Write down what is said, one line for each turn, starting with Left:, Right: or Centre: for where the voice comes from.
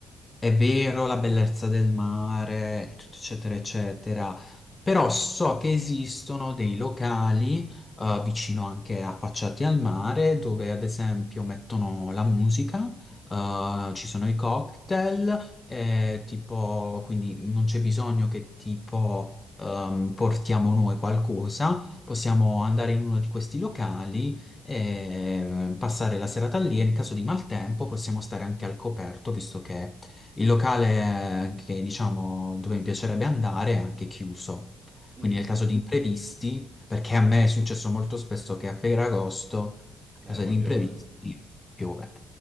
Left: È vero la bellezza del mare, tutto eccetera, eccetera, però so che esistono dei locali eh, vicino anche affacciati al mare dove ad esempio mettono la musica, eh, ci sono i cocktail, eh, tipo, quindi non c'è bisogno che tipo ehm, portiamo noi qualcosa, possiamo andare in uno di questi locali e eh, passare la serata lì e in caso di maltempo possiamo stare anche al coperto visto che il locale eh, che diciamo dove mi piacerebbe andare è anche chiuso,
Right: mm,
Left: quindi nel caso di imprevisti, perché a me è successo molto spesso che a Ferragosto, a causa
Right: Eh, poi
Left: di imprevisti,
Right: piove.
Left: piove.